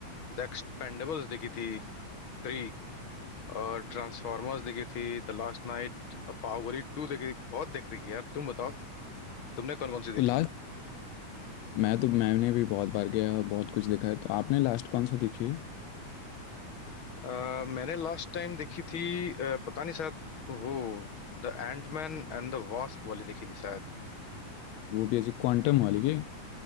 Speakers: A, on the left; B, on the left.
A: द एक्सपेंडेबल्स देखी थी थ्री और ट्रांसफॉर्मर्स देखी थी द लास्ट नाइट और बाहुबली टू देखी थी बहुत देख रही है यार तुम बताओ तुमने कौन कौन सी देखी
B: तो लास्ट मैं तो मैंने भी बहुत बार गया और बहुत कुछ देखा है तो आपने लास्ट कौन सा देखी है
A: अ, मैंने लास्ट टाइम देखी थी अ, पता नहीं शायद वो the Antman and the Wasp वाली देखी थी शायद
B: वो भी ऐसी क्वांटम वाली की